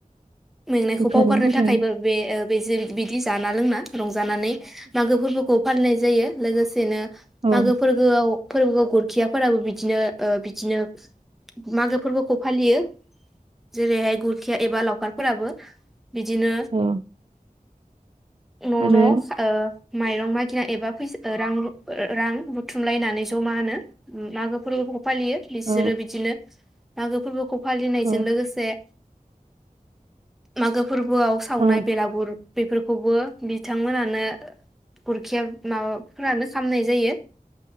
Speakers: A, in the centre; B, on the right.
A: मेंनायखौ
B: बोखारनो
A: बावगारनो
B: थाखाय
A: थाखायबो बे ओ बे जे बि बि जाना लोंना रंजा जानानै मागो फोरबोखौ फालिनाय जायो लोगोसेनो
B: औ
A: मागो फोरगोआव फोरबोखौ गुरखियाफोराबो बिदिनो ओ बिदिनो मागो फोरबोखौ फालियो। जेरैहाय गुरखिया एबा लावखार फोराबो बिदिनो
B: औ
A: न
B: आरो
A: न ओ माइरं मागिना एबा फैसा रां रां बुथुमलायनानै जमानो होम मागो फोरबो फालियो बिसोरो
B: औ
A: बिदिनो मागो फोरबोखौ फालिनायजों
B: औ
A: लोगोसे मागो फोरबोआव सावनाय
B: औ
A: बेलागुर बेफोरखौबो बिथांमोनानो गुरखिया माबाफोरानो खामनाय जायो।